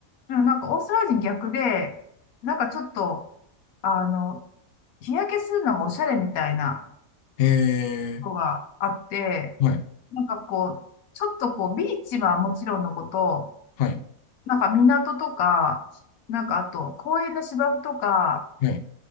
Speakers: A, on the left; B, on the left.
A: でもなんか、オーストラリア人逆で、なんかちょっと、あの、日焼けするのがおしゃれみたいな
B: へえ。
A: ことがあって、
B: はい。
A: なんかこう、ちょっとこう、ビーチはもちろんのこと、
B: はい。
A: なんか港とか、なんかあと公園の芝生とか、
B: はい。